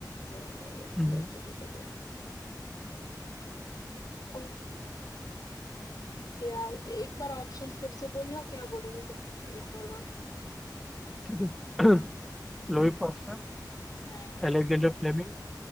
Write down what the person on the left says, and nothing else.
तो,
तो, तो, तो, तो। अ, यार एक बार ऑप्शन फिर से बोलना क्या बोले थे तुमने एक और बार
हम्म नहीं